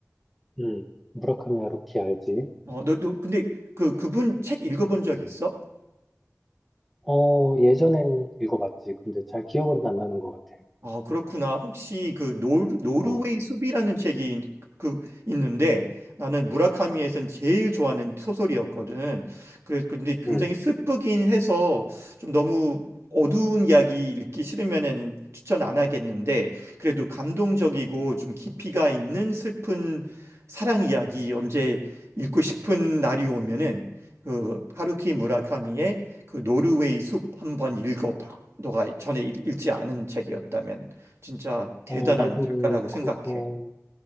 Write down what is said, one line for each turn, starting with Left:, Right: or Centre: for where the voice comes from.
Centre: 응. 무라카미 하루키 알지?
Right: 어, 너, 너 근데 그 그분 책 읽어본 적 있어?
Centre: 어 예전엔 읽어봤지. 근데 잘 기억은 안 나는 것 같아.
Right: 아, 그렇구나. 혹시 그 노르, 노르웨이
Centre: 어,
Right: 숲이라는 책이 그 있는데 나는 무라카미에선 제일 좋아하는 소설이었거든. 그래 근데 굉장히
Centre: 응.
Right: 슬프긴 해서 좀 너무 어두운 이야기 읽기 싫으면은 추천 안 하겠는데 그래도 감동적이고 좀 깊이가 있는 슬픈 사랑 이야기 언제 읽고 싶은 날이 오면은 그 하루키 무라카미의 그 노르웨이 숲 한번 읽어봐. 너가 전에 읽- 읽지 않은 책이었다면 진짜 대단한
Centre: 어, 나도
Right: 작가라고 생각해.
Centre: 그거